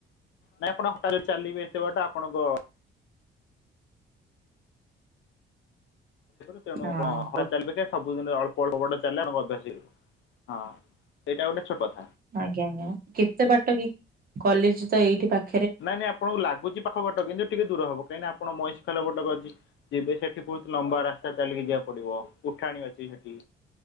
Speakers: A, on the left (about 70°); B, on the right (about 50°).
A: ନାଇଁ ଆପଣ ହଟାତ ଚାଲିବେ ଏତେ ବାଟ ଆପଣଙ୍କ ତଣୁଣ
B: ହଁ
A: ହ
B: କ
A: ଚାଲେ ସବୁ <unintelligible> କଳ ଅଭସ ହଁ ସେଇଟା <unintelligible>
B: ଆଜ୍ଞା ଆଜ୍ଞା କେତେ ବାଟ କି କଲେଜ ତ ଏଇଠି ପାଖ
A: ନାଇଁ ନାଇଁ ଆପଣଙ୍କୁ ଲାଗୁଛି ପାଖପଟ, କିନ୍ତୁ ଟିକେ ଦୂର ହବ, କାହିଁକି ନା? ଆପଣ ମଇଷି ଖାଲ ବଟକ ଅଛି ଯିବେ ସେଠି ବହୁତ ଲମ୍ବା ରାସ୍ତା ଚାଲିକି ଯିବାକୁ ପଡିବ, ଉଠାଣି ଅଛି ସେଠି,